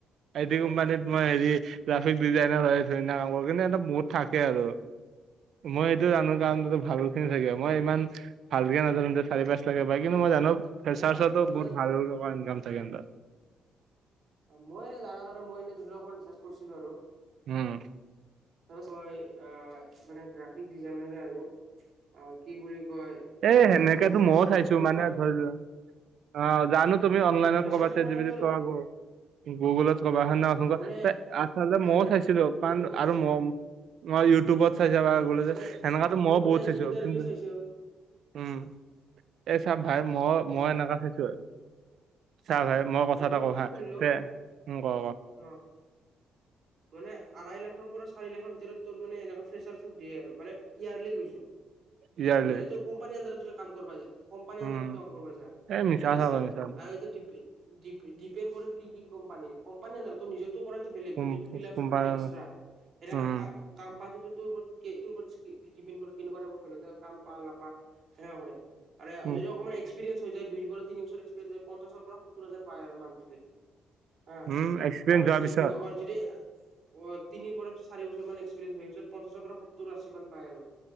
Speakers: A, on the right; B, on the right.
A: আইটি কোম্পানীত মই হেৰি গ্ৰাফিক ডিজাইনৰ হয় থৰি না কাম কৰো কিন্তু এটা থাকে আৰু মই এইটো জানো কাৰণ ভাল খিনি থাকিব মই ইমান ভালকে নাজানো যে চাৰি পাঁচ লাখে পায় কিন্তু মই জানো ফ্ৰেছাৰ্চটো
B: নহয় মানে
A: বহুত ভালটকা ইনকাম থাকে ইহতৰ
B: মই এনে নাজানো আৰু মই এনে ধৰি লো অকমান ৰিছাৰ্জ কৰিছিলো আৰু
A: উম
B: ধৰা তই অ মানে গ্ৰাফিক ডিজাইনাৰে আৰু অ কি বুলি কয়
A: এ সেনেকেতো
B: মানে ফ্ৰেচাৰচক
A: ময়ো খাইছো
B: তোক
A: মানে ধৰি লোৱা অ জানো তুমি অনলাইনত
B: ফ্ৰেচাৰচক
A: কবা চাই
B: মানে
A: যিবি
B: তোৰ
A: কোৱা ক গুগলত ক'বা হয় নহয় কচোন
B: মানে
A: আ
B: মানে
A: মইয়ো চাইছিলো কাৰণ
B: ইউটিউবত
A: আৰু
B: চাইছো
A: মই মই ইউটিউবত চাইছো
B: মানে
A: সেনেকা মই
B: ইণ্টাৰ
A: বহুত চাইছো
B: ইণ্টাৰভিউ
A: কিন্তু
B: চাইছো
A: উম এই চাব ভাই মই মই এনেকা চাইছো চাহ ভাই মই কথা
B: মানে
A: এটা
B: মোৰ
A: কওঁ
B: কথাটো
A: হা
B: শুনি ল
A: তে উম ক ক
B: অ মানে আঢ়ৈ লাখৰ পৰা চাৰি লাখৰ ভিতৰত তোৰ মানে এনেকা ফ্ৰেছাৰ্চক দিয়ে আৰু মানে কিয়াৰলি কৈছো
A: ইয়াৰলি
B: মানে তোৰ কোম্পানী আন্দাৰত যদি কাম কৰবা যায় কোম্পানী
A: উম
B: আন্দাৰত কাম কৰিব যা
A: এই মিছা
B: ঠিক
A: কথা
B: আছে
A: কয় মিছা
B: আৰু এইটো ডিপে ডিপেণ্ড কৰে কি কি কোম্পানী কোম্পানী আন্দাৰত তো নিজৰটো কৰাটো বেলেগ
A: উম
B: কিন্তু ফ্ৰী লাঞ্চ
A: কোম্পানী
B: কৰাটো এক্সট্ৰা সেনেকা
A: উম
B: কাম কাম পাতটো তোৰ ওপৰত তোৰ ওপৰত ডিপেণ্ড কৰে কেনেকুৱা টাইমৰ বেলেগে কাম লা পা সেনেকা কৰে আৰু
A: উম
B: যদি অকণমান এক্সপিৰিয়েঞ্চ হৈ যায় দুইৰ পৰা তিনি বছৰ এক্সপিৰিয়েঞ্চ হয় পঞ্চাশৰ পৰা সত্তৰ হাজাৰ পায় আৰু মান্থলি হা
A: উম এক্সপিৰিয়েঞ্চ
B: আৰু
A: হোৱাৰ
B: কি
A: পিছত
B: বুলি ক‌য় অ যদি অ' তিনি পৰা চাৰি বছৰমান এক্সপিৰিয়েঞ্চ হয় পঞ্চাছৰ পৰা সত্তৰ আশী মান পায় আৰু।